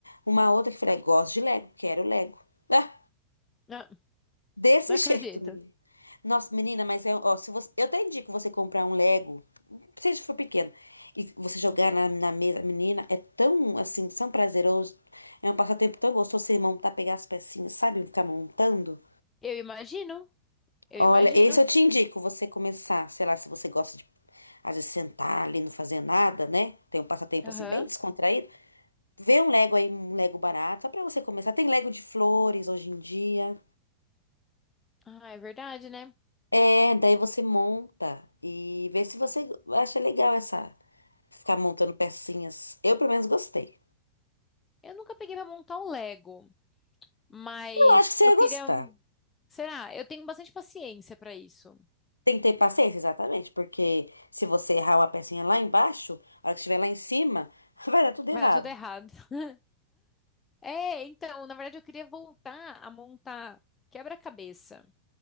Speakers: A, on the left; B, on the left.
A: uma outra que eu falei, gosto de Lego, quero Lego. Ah,
B: Não,
A: desse
B: não acredito.
A: <laughs> jeito, menina. Nossa, menina, mas é, ó, se você, eu até indico você comprar um Lego, seja for pequeno, e você jogar na, na mesa, menina, é tão, assim, tão prazeroso, é um passatempo tão gostoso você montar, pegar as pecinhas, sabe? Ficar montando.
B: Eu imagino, eu
A: Olha,
B: imagino.
A: esse eu te indico você começar, sei lá, se você gosta de às vezes sentar ali, não fazer nada, né? Tem um passatempo
B: Aham.
A: assim bem descontraído. Vê um Lego aí, um Lego barato, só pra você começar. Tem Lego de flores hoje em dia.
B: Ah, é verdade, né?
A: É, daí você monta e vê se você acha legal essa ficar montando pecinhas. Eu pelo menos gostei.
B: Eu nunca peguei pra montar um Lego, mas
A: Eu acho que você
B: eu
A: ia
B: queria.
A: gostar.
B: Será? Eu tenho bastante paciência pra isso.
A: Tem que ter paciência, exatamente, porque se você errar uma pecinha lá embaixo, a hora que estiver lá em cima, <laughs> vai dar tudo errado.
B: Vai dar tudo errado. <laughs> É, então, na verdade, eu queria voltar a montar quebra-cabeça.